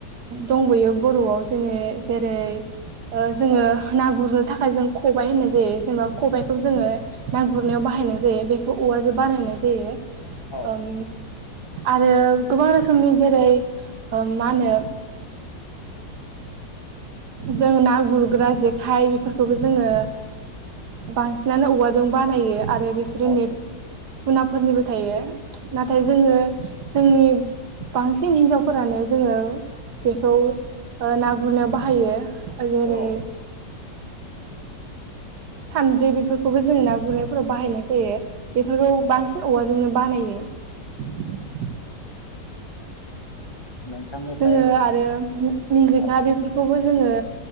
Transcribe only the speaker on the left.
औ
औ
औ
औ
औ
नोंथांनिफ्राय
औ